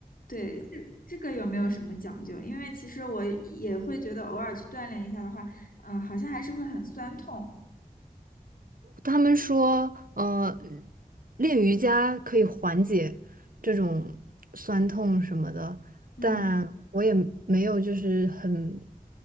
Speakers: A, on the left; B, on the right.
A: 对，这这个有没有什么讲究？因为其实我也会觉得偶尔去锻炼一下的话，嗯，好像还是会很酸痛。
B: 他们说，呃，练瑜伽可以缓解这种酸痛什么的，
A: 嗯
B: 但我也没有就是很